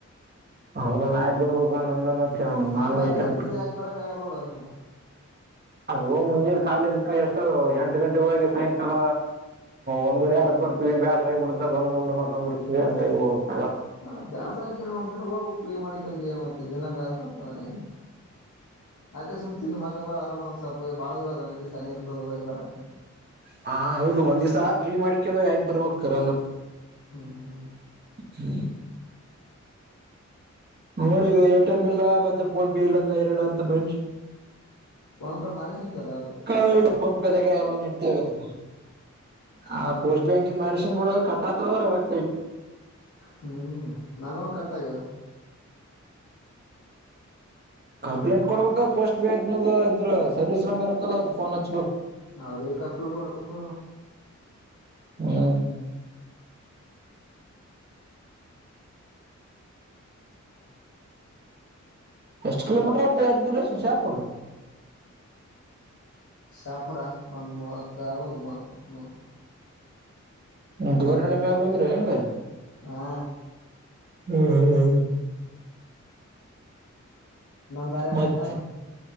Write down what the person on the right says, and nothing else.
ಹೌದಾ ಅಣ್ಣ ಹಾಕ್ ಬರ್ಬೇಕು ನಂದನು ನಾನು
ಎ ಟಿ ಎಂ
ಅದು ಮುಂಜ ಕಾಲೇಜಕ ಎಷ್ಟು ಎಂಟು ಗಂಟೆ ಹೋಗಿ ಸಾಯಂಕಾಲ ಒಂದುವರೆ ಆಡಕ್ ಬರ್ತೀವಿ ಬ್ಯಾಸ್ರಗ ಬಿಿಡ್ದ ಬಂದು್ ಉಂಡ್ ಮಕಾ ಬಿಡ್ತವಿ ಹಂಗಾಗಿ ಹೋಗಲ್ಲ
ಹಾ ಹೌದು ಒಂದ್ ದಿವಸ ಫ್ರೀ ಮಾಡಿಕಂದ ಹಾಕಿ ಬರ್ಬೇಕ್ ಕರ್ಂದ್ರು.
ಹ್ಮ್ ನೋಡಿ ಈಗ ಎ ಟಿ ಎಂ ಇಲ್ಲ ಮತ್ತೆ ಫೋನ್ ಪೇ ಇಲ್ಲಂದ್ರ ಐರಣ ಅಗೆತಿ ಮಾನ್ಸ್
<inaudible> ಫೋನ್ ಪೆ ದಾಗೆ ಎಲ್ಲ ನಡೆ <unintelligible> ಅ
ಕೋಸ್ಟ್ ಬ್ಯಾಂಕಿಂದು ಮಾಡ್ಸಿನಿಬೀಡು ಕ <unintelligible>
ಕಂಪ್ಲೇಂಟ್ ಕೊಡ್ಬೇಕ ಪೋಸ್ಟ್ ಬ್ಯಾಂಕ್ ಇದ್ರ ಸರ್ವಿಸ್ ನಂಬರ್ ಇರ್ತಲ್ಲ ಅವ್ರ ಫೋನ್ ಹಚ್ಬೇಕು.
ಹ್ಮ್ ಎಷ್ಟು ಕಿಲೋಮೀಟರ್ ಆಗುತ್ತೆ ಯಾದಗಿರಿ ಕೆಸಿ ಶಾಪುರ್.
ದೋರ್ಳ ಮೇಬಂದ್ರೆ ಹೆಂಗೆ.
ಹ್ಮ್ ಹ್ಮ್ ಹ್ಮ್
ಮತ್